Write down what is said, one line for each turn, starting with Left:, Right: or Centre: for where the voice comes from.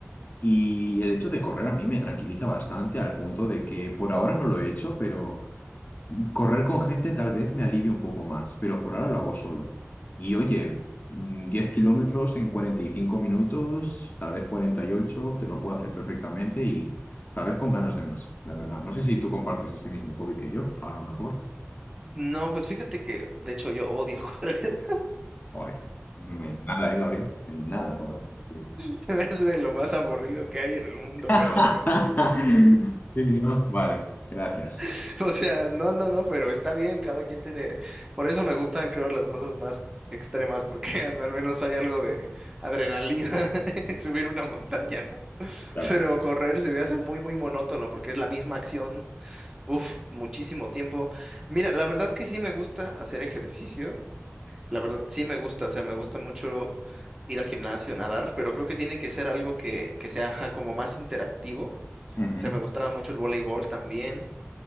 Left: Y el hecho de correr a mí me tranquiliza bastante al punto de que por ahora no lo he hecho, pero Correr con gente tal vez me alivie un poco más, pero por ahora lo hago solo. Y oye, mm, 10 kilómetros en 45 minutos, tal vez 48, te lo puedo hacer perfectamente y tal vez con ganas de más, la verdad. No sé si tú compartes este mismo hobby que yo, a lo mejor.
Right: No, pues fíjate que de hecho yo odio <laughs> correr.
Left: Joder, no hay nada, ¿eh, Gabriel? En Nada. vamos a coincidir.
Right: Se me hace de lo más aburrido que hay en el mundo,
Left: <laughs>
Right: perdón. pero-
Left: Sí, ¿no? Vale, gracias.
Right: <laughs> o sea, no, no, no, pero está bien, cada quien tiene. Por eso me gustan, creo, las cosas más extremas, porque <laughs> al menos hay algo de adrenalina <laughs> en subir una montaña, ¿no?
Left: Claro.
Right: Pero correr se me hace muy, muy monótono, porque es la misma acción. Uf, muchísimo tiempo. Mira, la verdad que sí me gusta hacer ejercicio. La verdad, sí me gusta, o sea, me gusta mucho ir al gimnasio, nadar, pero creo que tiene que ser algo que, que sea ajá, como más interactivo.
Left: Ujú,
Right: O sea, me gustaba mucho el voleibol también.